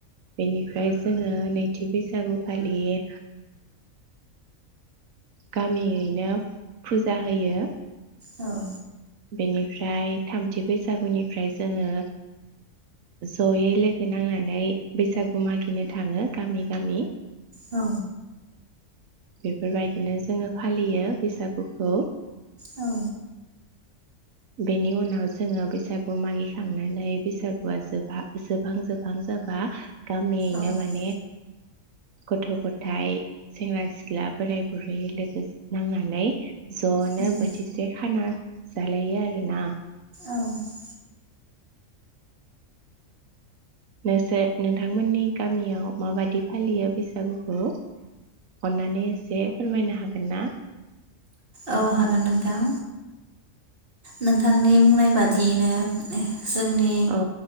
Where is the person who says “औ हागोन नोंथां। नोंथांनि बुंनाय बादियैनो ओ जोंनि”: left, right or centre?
Right